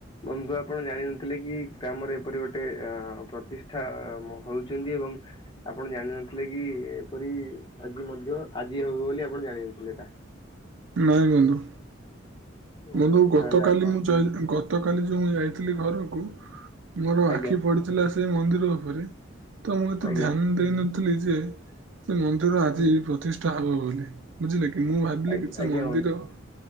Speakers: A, on the left (about 25°); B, on the right (about 70°).
A: ବନ୍ଧୁ ଆପଣ ଜାଣିନଥିଲେ କି ଗ୍ରାମରେ ଏପରି ଗୋଟେ ଅ ପ୍ରତିଷ୍ଠା ହଉଛନ୍ତି ଏବଂ ଆପଣ ଜାଣିନଥିଲେ କି ଏପରି ଆଜି ମଧ୍ୟ ଆଜି ହବ ବୋଲି ଆପଣ ଜାଣିନଥିଲେ ଏଟା।
B: ନାଇଁ ବନ୍ଧୁ।
A: ଓହୋ
B: ବନ୍ଧୁ ଗତକାଲି
A: ତାହେଲେ ଆପଣ
B: ମୁଁ ଯାଇ ଗ ଗତ କାଲି ଯୋଉ ମୁଁ ଯାଇଥିଲି ଘରକୁ ମୋର
A: ଆଜ୍ଞା
B: ଆଖି ପଡିଥିଲା ସେ ମନ୍ଦିର ଉପରେ ତ ମୁଁ ଏତେ
A: ଆଜ୍ଞା
B: ଧ୍ୟାନ ଦେଇନଥିଲି ଯେ ସେ ମନ୍ଦିର ଆଜି
A: ହୁଁ।
B: ପ୍ରତିଷ୍ଠ ଷ୍ଟା ହବ ବୋଲି ବୁଝିଲେ କି ମୁଁ ଭାବିଲି
A: ଆଜ୍ଞା
B: କି ସେ
A: ଆଜ୍ଞା
B: ମନ୍ଦିର
A: ବନ୍ଧୁ